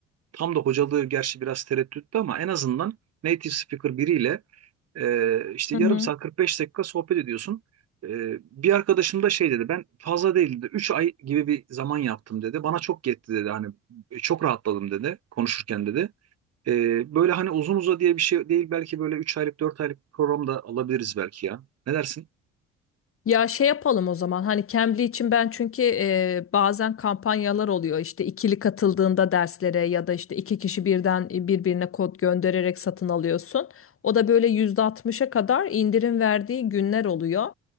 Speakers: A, on the right; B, on the left.
A: Tam da hocalığı gerçi biraz tereddütlü ama en azından native speaker biriyle e, işte
B: Hı
A: yarım
B: hı.
A: saat 45 dakika sohbet ediyorsun. E, bir arkadaşım da şey dedi ben fazla değildi 3 ay gibi bir zaman yaptım dedi. Bana çok yetti dedi hani e, çok rahatladım dedi konuşurken dedi. E, böyle hani uzun uza diye bir şey değil belki böyle üç aylık 4 aylık program da alabiliriz belki ya. Ne dersin?
B: Ya şey yapalım o zaman hani Cambly için ben çünkü e, bazen kampanyalar oluyor işte ikili katıldığında derslere ya da işte iki kişi birden e, birbirine kod göndererek satın alıyorsun. O da böyle %60'a kadar indirim verdiği günler oluyor.